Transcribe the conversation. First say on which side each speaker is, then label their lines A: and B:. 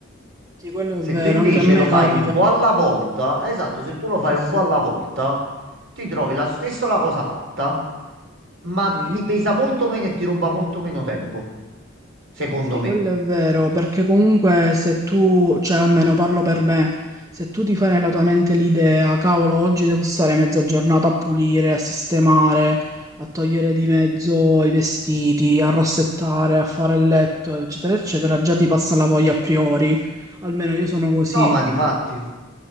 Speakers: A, on the right; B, on the right.
A: Sì, quello
B: Se
A: è vero,
B: tu invece
A: anche a me
B: lo
A: capita.
B: fai un po' alla volta, esatto, se tu lo
A: Sì,
B: fai un
A: sì,
B: po' alla volta, ti trovi la stessa la cosa fatta, ma
A: sì.
B: ti pesa molto meno e ti ruba molto meno tempo, secondo
A: Sì,
B: me.
A: quello è vero, perché comunque se tu, cioè almeno parlo per me, se tu ti fai nella tua mente l'idea, cavolo, oggi devo stare mezza giornata a pulire, a sistemare, a togliere di mezzo i vestiti, a rassettare, a fare il letto, eccetera, eccetera, già ti passa la voglia a priori. Almeno io sono così,
B: No, ma di fatti,